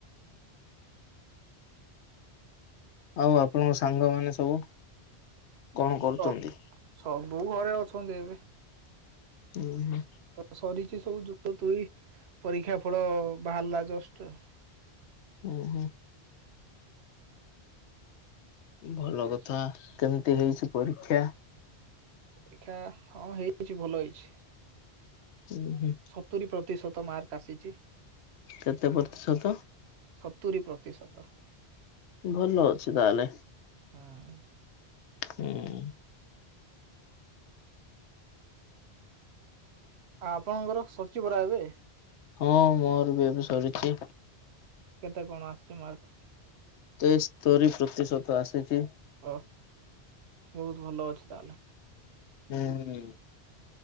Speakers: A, on the left (about 85°); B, on the right (about 70°).
A: ଆଉ ଆପଣଙ୍କ ସାଙ୍ଗମାନେ ସବୁ? କଣ କରୁଛନ୍ତି?
B: ସ ସବୁ ଘରେ ଅଛନ୍ତି ଏବେ।
A: ହୁଁ ହୁଁ।
B: ତ ସରିଛି ସବୁ, ଯୁକ୍ତ ତୁଇ ପରୀକ୍ଷା ଫଳ ବାହାରିଲା ଜଷ୍ଟ।
A: ଉଁ ହୁଁ। ଭଲ
B: କିଛି
A: କଥା କେମିତି ହେଇଛି ପରୀକ୍ଷା?
B: ପରୀକ୍ଷା ହଁ ହେଇଯାଇଛି, ଭଲ ହେଇଛି।
A: ହୁଁ ହୁଁ।
B: ସତୁରି ପ୍ରତିଶତ ମାର୍କ ଆସିଚି।
A: କେତେ ପ୍ରତିଶତ
B: ସତୁରି ପ୍ରତିଶତ।
A: ଭଲ ଅଛି ତାହେଲେ।
B: ହୁଁ ଉଁ।
A: ହୁଁ।
B: ଆ ଆପଣଙ୍କର ସରିଚି ପରା ଏବେ?
A: ହଁ ମୋର ବି ଏବେ ସରିଛି।
B: କେତେ କଣ ଆସିଛି ମାର୍କ?
A: ତେସ୍ତୋରି ପ୍ରତିଶତ ଆସିଛି।
B: ୱା, ବହୁତ ଭଲ ଅଛି ତାହେଲେ।
A: ହୁଁ,